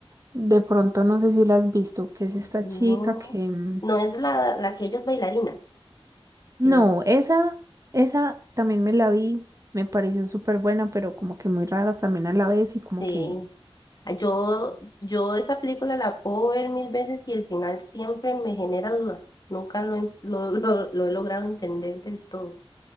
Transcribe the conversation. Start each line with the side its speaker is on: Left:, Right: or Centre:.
Right: De pronto, no sé si la has visto, que es esta
Left: No,
Right: chica que...
Left: no es la, la que ella es bailarina.
Right: No,
Left: eh,
Right: esa, esa también me la vi, me pareció súper buena, pero como que muy rara también a la vez y como
Left: sí,
Right: que,
Left: Yo, yo esa película la puedo ver mil veces y el final siempre me genera duda. Nunca lo, en- lo, lo- lo he logrado entender del todo. <laughs>